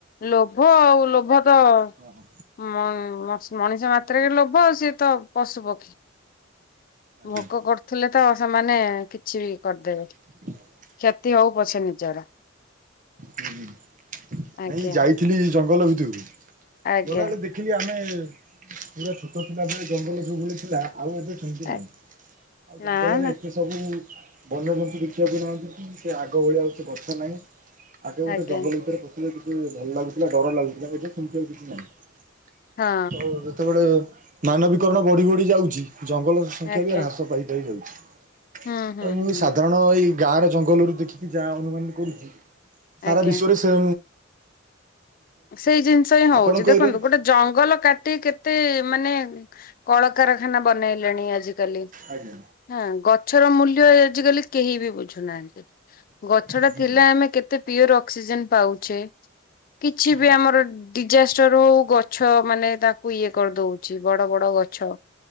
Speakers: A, on the left (about 45°); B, on the right (about 40°).
A: ଲୋଭ ଆଉ ଲୋଭ ତ ମ
B: ହଁ ହଁ
A: ମଣିଷ ମାତ୍ରାରେ ଲୋଭ ଆଉ ସିଏ ତ ପଶୁ ପକ୍ଷୀ।
B: ଆଜ୍ଞା।
A: ଭୋକ କରୁଥିଲେ ତ ସେମାନେ କିଛି ବି କରିଦେବେ।
B: <inaudible>
A: କ୍ଷତି ହଉ ପଛେ ନିଜର।
B: ହୁଁ।
A: ଆଜ୍ଞା
B: ନାଇଁ ଯାଇଥିଲି ଜଙ୍ଗଲ ଭିତରକୁ
A: ଆଜ୍ଞା
B: ଗଲାବେଳେ ଦେଖିଲି ଆମେ ପୁରା ଛୋଟ ଥିଲା ବଳେ ଜଙ୍ଗଲ ଯୋଉ ଭଳି ଥିଲା ଆଉ ଏବେ ସେମିତି
A: ଆ
B: ନାହିଁ ଆଉ ଜଙ୍ଗଲରେ
A: ନା ନା
B: ଏତେ ସବୁ ବନ୍ୟଜନ୍ତୁ ଦେଖିବାକୁ ନାହାନ୍ତି ସେ ଆଗ ଭଳିଆ ଆଉ ସେ ଗଛ ନାହିଁ। ଆଗେ ଗୋଟେ
A: ଆଜ୍ଞା
B: ଜଙ୍ଗଲ ଭିତରେ ପଶିଲେ କିଛି ଭଲ ଲାଗୁଥିଲା ଡ଼ର ଲାଗୁଥିଲା ଏବେ ସେମିତି ଆଉ କିଛି ନାହିଁ।
A: ହଁ
B: ହୁଁ ଯେତେବେଳେ ମାନବିକରଣ ବଢ଼ି ବଢ଼ି ଯାଉଛି। ଜଙ୍ଗଲ ସଂଖ୍ୟା
A: ଆଜ୍ଞା
B: ବି ହ୍ରାସ ପାଇପାଇ ଯାଉଛି।
A: ହୁଁ ହୁଁ
B: ଏ ମୁଁ
A: ହୁଁ
B: ସାଧାରଣ ଏଇ ଗାଁ ର ଜଙ୍ଗଲରୁୁ ଦେଖିକି ଯାହା ଅନୁମାନ କରୁଛି। ସାରା
A: ଆଜ୍ଞା।
B: ବିଶ୍ଵରେ ସେ
A: ସେଇ ଜିନିଷ ହିଁ ହଉଛି
B: ଆପଣଙ୍କ
A: ଦେଖନ୍ତୁ
B: ଏରିଆରେ
A: ଗୋଟେ ଜଙ୍ଗଲ କାଟି କେତେ ମାନେ କଳକାରଖାନା ବନେଇଲେଣି ଆଜିକାଲି।
B: ଆଜ୍ଞା
A: ହଁ ଗଛର ମୂଲ୍ୟ ଆଜିକାଲି କେହି ବି ବୁଝୁନାହାନ୍ତି। ଗଛ ଟା
B: ହୁଁ
A: ଥିଲେ ଆମେ କେତେ ପିଓର ଅକ୍ସିଜେନ ପାଉଛେ। କିଛି
B: ହୁଁ
A: ବି ଆମର ଡିଜାଷ୍ଟର ହଉ ଗଛ ମାନେ ତାକୁ ଇଏ କରିଦଉଛି। ବଡ଼ ବଡ଼ ଗଛ